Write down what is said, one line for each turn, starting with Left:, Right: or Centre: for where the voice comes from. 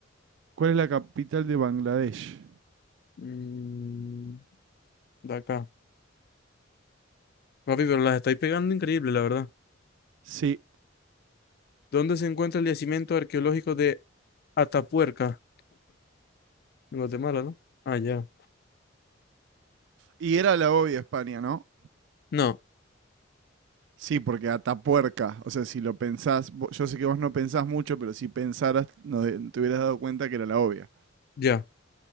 Right: ¿Cuál es la capital de Bangladesh?
Left: Mm, de acá. Papi, pero las estáis pegando increíble, la verdad.
Right: Sí.
Left: ¿Dónde se encuentra el yacimiento arqueológico de Atapuerca? En Guatemala, ¿no? Ah, ya.
Right: Y era la obvia España, ¿no?
Left: No,
Right: Sí, porque Atapuerca, o sea, si lo pensás, vo- yo sé que vos no pensás mucho, pero si pensaras, no de- te hubieras dado cuenta que era la obvia.
Left: ya.